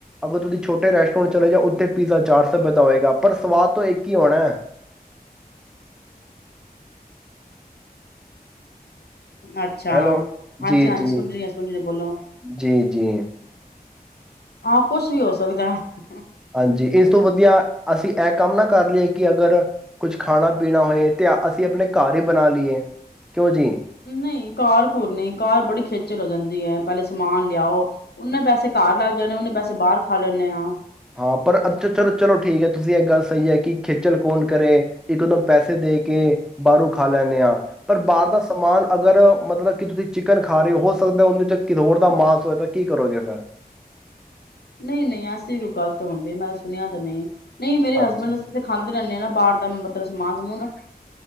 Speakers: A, in the centre; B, on the left (about 85°).
A: ਅਗਰ ਤੁਸੀਂ ਛੋਟੇ ਰੈਸਟੋਰੈਂਟ ਚਲੇ ਜਾਓ ਉੱਥੇ ਪੀਜ਼ਾ ਚਾਰ ਸੌ ਰੁਪਏ ਦਾ ਹੋਏਗਾ ਪਰ ਸਵਾਦ ਤੋਂ ਕੀ ਆਣਾ
B: ਅੱਛਾ
A: ਹੈਲੋ
B: ਹਾਂਜੀ
A: ਜੀ
B: ਹਾਂਜੀ
A: ਜੀ
B: ਸੁਣ ਰਹੀਆਂ ਸੁਣ ਰਆਂ ਬੋਲੋ
A: ਜੀ ਜੀ
B: ਹਾਂ ਕੁਛ ਵੀ ਹੋ ਸਕਦਾ ਹੈ
A: ਹਾਂਜੀ ਇਸ ਤੋਂ ਵਧੀਆ ਅਸੀਂ ਐ ਕੰਮ ਨਾ ਕਰ ਲਈਏ ਕਿ ਅਗਰ ਕੁੱਝ ਖਾਣਾ ਪੀਣਾ ਹੋਏ ਤੇ ਅਸੀਂ ਆਪਣੇ ਘਰ ਹੀ ਬਣਾ ਲਈਏ ਕਿਉਂ ਜੀ
B: ਨਹੀਂ ਕਾਰ ਘੁਰ ਨਹੀਂ ਕਾਰ ਬੜੀ ਖੇਚਰ ਹੋ ਜਾਂਦੀ ਹੈ ਪਹਿਲੇ ਸਮਾਨ ਲਿਆਓ ਨੇ ਪੈਸੇ ਘਰ ਲੱਗ ਜਾਂਣੇ ਨੇ ਪੈਸੇ ਬਾਹਰ ਖਾ ਲੈਂਣੇ ਆਂ
A: ਹਾਂ ਪਰ ਅੱਛਾ ਚਲੋ ਚਲੋ ਠੀਕ ਹੈ ਤੁਸੀਂ ਇਹ ਗੱਲ ਸਹੀ ਹੈ ਕਿ ਖੇਚਲ ਕੌਣ ਕਰੇ ਇੱਕਦੋਂ ਪੈਸੇ ਦੇ ਕੇ ਬਾਹਰੋਂ ਖਾ ਲੈਂਦੇ ਹਾਂ
B: ਹਮ
A: ਪਰ ਬਾਹਰ ਦਾ ਸਮਾਨ ਅਗਰ ਮਤਲਬ ਕਿ ਤੁਸੀਂ ਚਿਕਨ ਖਾ ਰਹੇ ਹੋ ਸਕਦਾ ਉਹਦੇ ਚ ਕਿਦੋਰ ਦਾ ਮਾਸ ਹੋਆ ਤਾਂ ਕੀ ਕਰੋਗੇ ਫਿਰ
B: ਨਹੀਂ ਨਹੀਂ ਅਸੀਂ ਗ਼ਲਤ ਹੁੰਦੇ ਮੈਂ ਸੁਣਿਆ ਤਾਂ ਨਹੀਂ ਨਹੀਂ ਮੇਰੇ ਹਸਬੈਂਡ
A: ਅੱਛਾ
B: ਅਸੀ ਖਾਂਦੇ ਰਹਿੰਦੇ ਨਾ ਬਾਹਰ ਦਾ ਮਤਲਬ ਸਮਾਨ ਸਮੂਨ